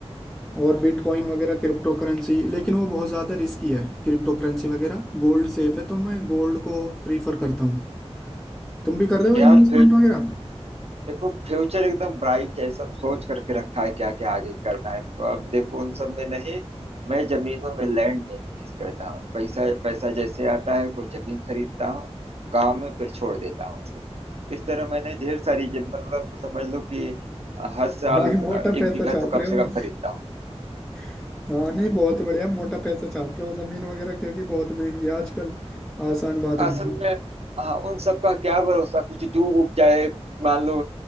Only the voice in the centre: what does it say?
और बिटकॉइन वगैरह क्रिप्टो करेंसी लेकिन वो बहुत ज़्यादा रिस्की है क्रिप्टो करेंसी वगैरह गोल्ड सेफ है तो मैं गोल्ड को प्रीफर करता हूँ तुम भी कर रहे हो
इन्वेस्टमेंट वगैरह
भाई मोटा
पैसा
छाप
रहे
हो
<laughs> हाँ नहीं बहुत बढ़िया मोटा पैसा छाप रहे हो जमीन वगैरह क्योंकि बहुत महंगी है आजकल आसान बात नहीं
है